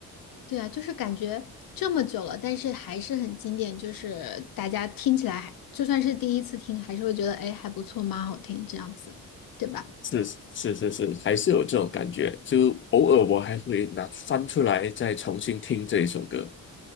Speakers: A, on the left (about 65°); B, on the left (about 35°).
A: 对啊，就是感觉这么久了，但是还是很经典，就是大家听起来还就算是第一次听，还是会觉得哎还不错，蛮好听这样子，对吧？
B: 是是是是，还是有这种感觉。就偶尔我还会拿翻出来再重新听这一首歌。